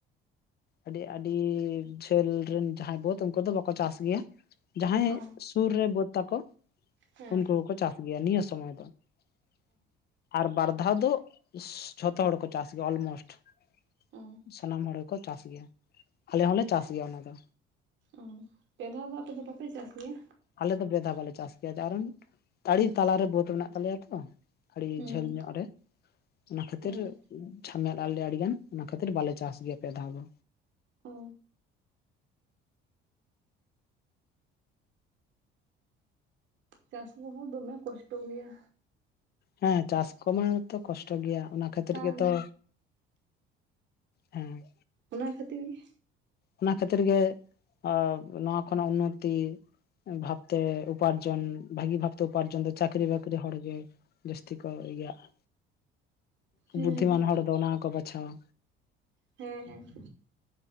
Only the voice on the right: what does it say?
ᱚ
ᱦᱮᱸ
ᱚ
ᱚᱸ ᱯᱮ ᱫᱷᱟᱣ ᱫᱚ ᱟᱯᱮ ᱫᱚ ᱵᱟᱯᱮ ᱪᱟᱥ ᱜᱮᱭᱟ?
ᱦᱩᱸ
ᱦᱮᱸ
ᱚ ᱪᱟᱥ ᱠᱚᱦᱚᱸ ᱫᱚᱢᱮ ᱠᱚᱥᱴᱚ ᱜᱮᱭᱟ᱾
ᱥᱟᱨᱟ
ᱚᱱᱟ ᱠᱷᱟᱹᱛᱤᱨ ᱜᱤ
ᱦᱩᱸ
ᱦᱮᱸ᱾